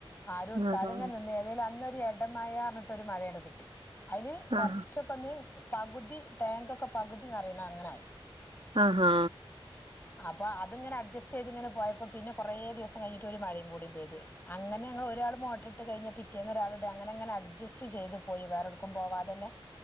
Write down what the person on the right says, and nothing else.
ആഹാ
ആഹാ
ആ ഹാ